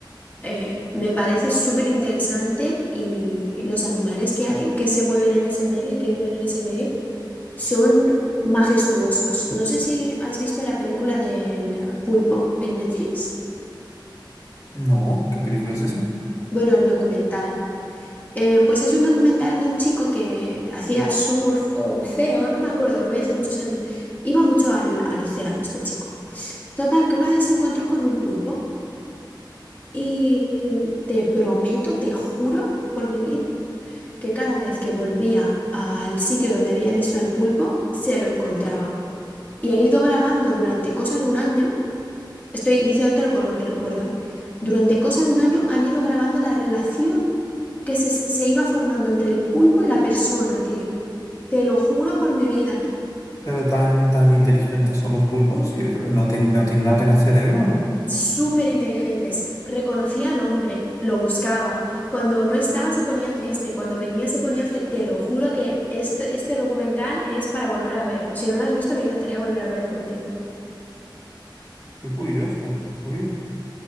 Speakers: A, on the left (about 20°); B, on the left (about 45°).
A: eh, me parece súper interesante y los animales que hay, que se mueven en ese medio y que viven en ese medio. Son majestuosos. No sé si has visto la película del eh, pulpo en Netflix.
B: No, ¿qué película es esa?
A: Bueno, el documental. Eh, pues es un documental de un chico que hacía surf o buceo, no me acuerdo, lo vi hace muchos años. Iba mucho al, al océano este chico. Total, que una vez se encontró con un pulpo y em, te prometo, te juro por mi vida, que cada vez que volvía al sitio donde había visto al pulpo, se lo encontraba. Y he ido grabando durante cosa de un año Estoy diciéndotelo con lo que recuerdo, ¿eh? Durante cosa de un año han ido grabando la relación que se, se iba formando entre el pulpo y la persona, tío. Te lo juro por mi vida.
B: Pero tan, tan inteligentes son los pulpos. Yo creo- no, tienen- no tienen apenas cerebro, ¿no?
A: Súper inteligentes. Reconocía al hombre, lo buscaba. Cuando no estaba se ponía triste, cuando venía se ponía feliz. Te lo juro que este, este documental es para volver a verlo. Si no lo has visto, me encantaría volver a verlo contigo.
B: Qué curioso. Uy,